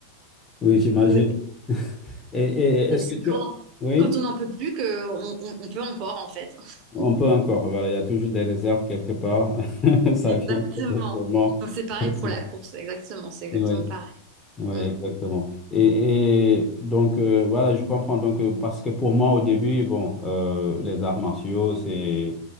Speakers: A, on the left (about 15°); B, on the right (about 40°).
A: Oui, j'imagine.
B: On est-
A: <laughs> Et, et
B: Et
A: est-ce
B: c'est
A: que tu...
B: quand,
A: Oui,
B: quand on n'en peut plus que on, on- on peut encore, en fait. <laughs>
A: on peut encore. Voilà, il y a toujours des réserves quelque part. <laughs> Ça
B: Exactement.
A: vient peut-être sûrement.
B: Donc c'est pareil
A: <laughs>
B: pour la course. Exactement. C'est exactement
A: Oui.
B: pareil.
A: Oui,
B: Mm.
A: exactement. Et, et donc, euh, voilà, je comprends. Donc, euh, parce que pour moi, au début, bon, euh, les arts martiaux, c'est